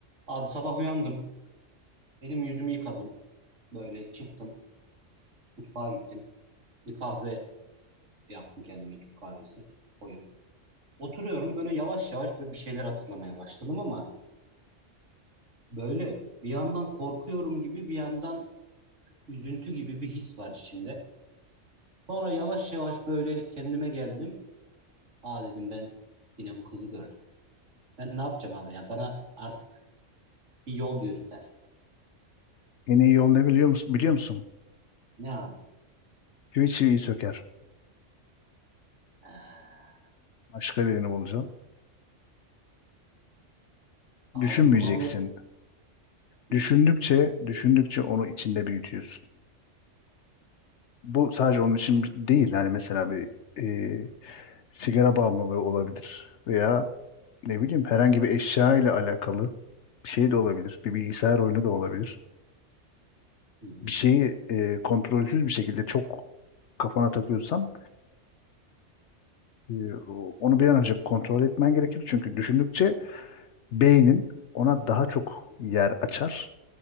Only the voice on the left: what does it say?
En iyi yol ne biliyor musun? Biliyor musun?
Çivi çiviyi söker.
Başka birini bulacağım.
Düşünmeyeceksin.
Düşündükçe, düşündükçe onu içinde büyütüyorsun. Bu sadece onun için bi- değil. Yani mesela bir e, sigara bağımlılığı olabilir. Veya ne bileyim herhangi bir eşya ile alakalı bir şey de olabilir. Bir bilgisayar oyunu da olabilir.
Bir şeyi e, kontrolsüz bir şekilde çok kafana takıyorsan e, o- onu bir an önce kontrol etmen gerekir. Çünkü düşündükçe beynin ona daha çok yer açar.